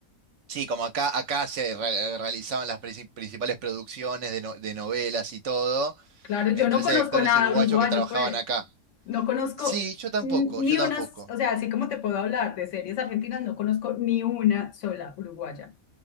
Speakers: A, on the right; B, on the left.
A: sí, como acá, acá se re- realizaban las princi- principales producciones de, no- de novelas y todo,
B: Claro, yo
A: entonces
B: no conozco
A: hay actores
B: nada
A: uruguayos
B: uruguayo,
A: que trabajaban
B: pues.
A: acá.
B: No conozco
A: Sí, yo tampoco,
B: n- ni
A: yo tampoco.
B: unas, o sea, así como te puedo hablar de series argentinas, no conozco ni una sola uruguaya.